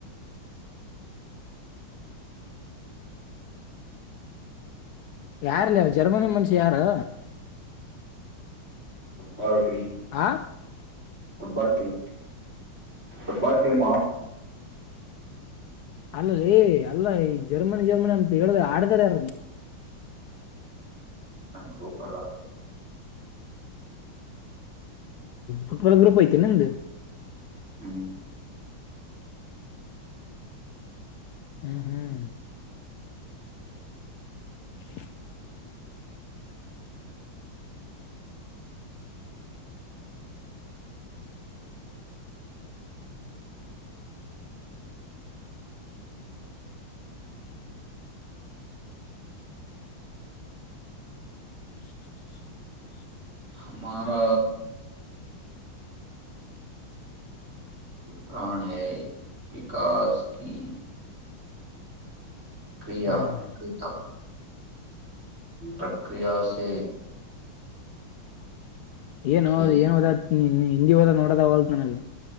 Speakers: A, on the left (about 80°); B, on the right (about 30°).
A: ಯಾರಲ್ಲ ಜರ್ಮನಿ ಮನುಷ್ಯ ಯಾರು
B: ಬಾರಟ
A: ಆಾ
B: ುಟ್ಬಲ್ ೀಮ ುಟ್ಬಲ್ ೀಮ
A: ಅಲ್ಲ ೇ ಅಲ್ಲ ಈ ಜರ್ಮನಿ ಜರ್ಮನಿ ಅಂತ ಹೇಳಿದ್ರ ಆಡ್ದಾರ ಯಾರ
B: ಗ್ರೂಪಲ್ಲ
A: ಹಫುಟ್ಬಲ್ ಗ್ರೂಪ್ ಐತಿ ನ ಅಂದ
B: ಹ್ಮ್
A: ಹ್ಮ್ ಹ್ಮ್ <inaudible> <inaudible>
B: ಹಾರ ಪ್ರಾಣ ಹೈ ವಿಕಾಸ್ ಕಿ ಕ್ರಿಯಾ
A: ಹ್ಮ್
B: ಕ್ರೀ ಪ್ರಕ್ರಿಯ ಸೆ
A: ಏನ್
B: ಕೇಕ್
A: ಏನ್ ಹೋದ ಹಿಂದಿ ಹೋದ ನೋಡದ ಹಲ್ಾನಲ್ಲಿ